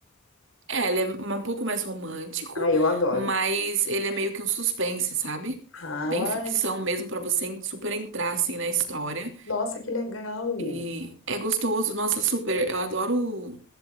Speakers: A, on the right; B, on the left.
A: é, ele é um pouco mais romântico,
B: Ah, eu adoro.
A: mas ele é meio que um suspense, sabe?
B: Ai,
A: Bem ficção mesmo pra você en- super entrar assim na história.
B: nossa, que legal.
A: E é gostoso, nossa, super. Eu adoro